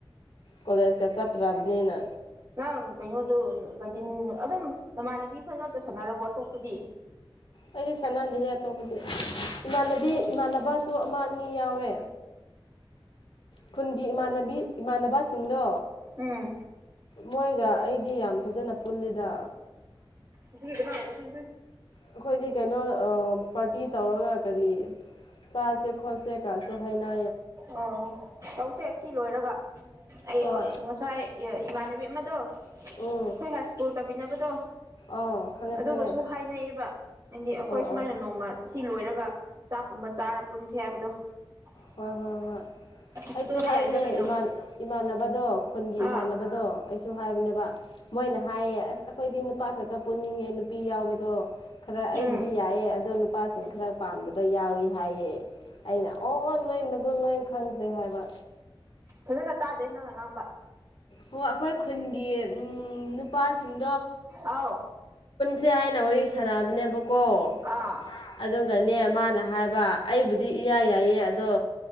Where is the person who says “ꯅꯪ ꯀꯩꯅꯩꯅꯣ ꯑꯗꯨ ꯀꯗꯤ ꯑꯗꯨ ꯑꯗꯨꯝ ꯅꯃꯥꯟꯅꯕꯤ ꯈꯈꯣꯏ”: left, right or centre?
Right